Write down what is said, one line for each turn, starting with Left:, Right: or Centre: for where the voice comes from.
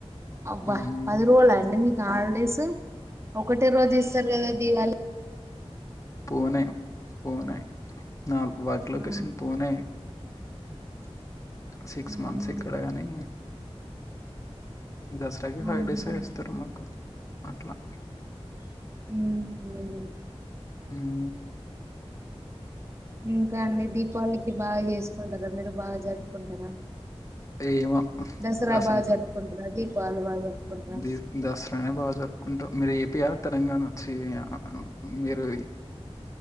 Right: అబ్బా
Left: ఉహుం
Right: పది రోజుల అండి మీకు హాలిడేస్ ఒకటే రోజు ఇస్తారు కదా దీవాలి
Left: పూణే పూణే నా వర్క్ లొకేషన్
Right: ఆ
Left: పూణే
Right: <inaudible>
Left: సిక్స్
Right: మ్మ్
Left: మంత్స్ ఇక్కడగాని దసరాకి ఫైవ్
Right: ఊహు
Left: డేసే ఇస్తరు మాకు అట్లా
Right: ఉమ్హు
Left: ఉమ్
Right: ఇంకా అండి దీపావళికి బాగా చేసుకుంటారా? మీరు బాగా జరుపుకుంటారా?
Left: ఏమో
Right: దసరా
Left: అసలు
Right: బాగా జరుపుకుంటారా దీపావళి బాగా జరుపుకుంటారా
Left: ది దసరనే బాగా జరుప్ కుంటాం మీరు ఏపియా తెలంగాణ చి ఆ మీరు